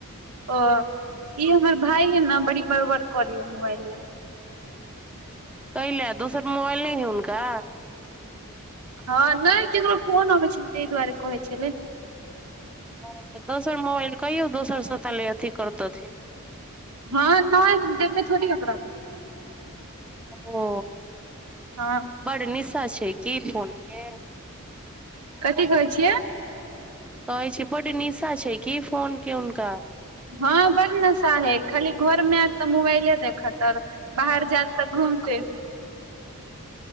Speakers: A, on the right; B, in the centre.
A: ओ, ई हमर भाय अइ ने, बड़ी बड़-बड़ करैए मोबाइल लए।
B: ताहि लेल, दोसर मोबाइल नहि हइ हुनका?
A: हँ नहि, केकरो फोन अबै छलै ताहि दुआरे कहैत छलै।
B: ओ तऽ दोसर मोबाइल कहियौ दोसरसँ ताले अथी करतथिन।
A: हँ नहि, देखबै थोड़ी ओकरा।
B: ओ
A: हँ।
B: बड़ निशा छै की फोनके?
A: कथी कहैत छियै?
B: कहैत छी कि बड्ड निशा छै की फोनके हुनका?
A: हँ, बड़ नशा हइ। खाली घरमे आएत तऽ खाली मोबाइले देखत और बाहर जाएत तऽ घुमिते।